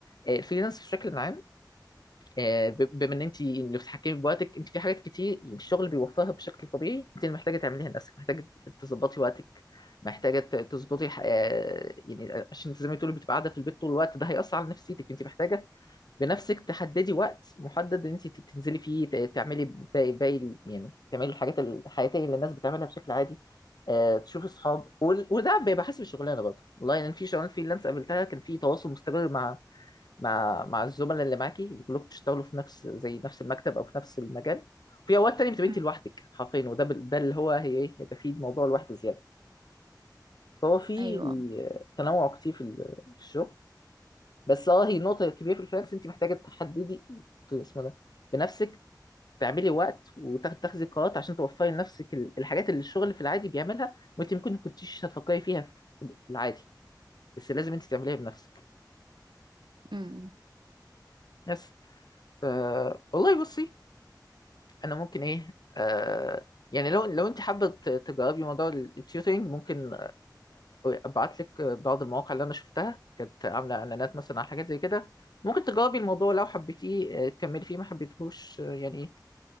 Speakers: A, on the left (about 60°); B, on the right (about 80°).
A: آه، الفريلانس بشكل عام آه، ب- بما ان انت اللي بتتحكمي بوقتك انت في حاجات كتير يعني الشغل بيوفرها بشكل طبيعي انت اللي محتاجه تعمليها لنفسك محتاجه تظبطي وقتك محتاجه ت- تظبطي ح- آه، يعني عشان انت زي ما تقولي بتبقى قاعده في البيت طول الوقت ده هيأثر على نفسيتك انت محتاجه بنفسك تحددي وقت محدد ان انت تنزلي فيه ت- تعملي باقي باقي ال- يعني تعملي الحاجات الحياتيه اللي الناس بتعملها بشكل عادي آه، تشوفي اصحاب وال- وده بيبقى حسب الشغلانه برضه والله يعني في شغلانه فريلانس قابلتها كان في تواصل مستمر مع مع مع الزملاء اللي معاكي اللي كلكم بتشتغلوا في نفس زي نفس المكتب او في نفس المجال في اوقات تانية بتبقى
B: مم.
A: انت لوحدك حرفيا وده بال- ده اللي هو هي ايه هيبقى فيه موضوع لوحده زياده فهو في
B: ايوه
A: آه، تنوع كتير في ال- في الشغل بس اه هي نقطة كبيرة في الفريلانس انت محتاجة تحددي ت- اسمه ده بنفسك تعملي وقت وتاخدي قرارات عشان توفري لنفسك ال- الحاجات اللي الشغل في العادي بيعملها وانت ممكن ما كنتيش هتفكري فيها في في العادي بس لازم انت تعمليها بنفسك
B: امم
A: بس ف والله بصي انا ممكن ايه آه يعني لو لو انت حابه ت- تجربي موضوع التيوترينج ممكن ابعت لك بعض المواقع اللي انا شفتها كانت عامله اعلانات مثلا على حاجات زي كده ممكن تجربي الموضوع لو حبيتيه آه، تكملي فيه ما حبيتهوش آه، يعني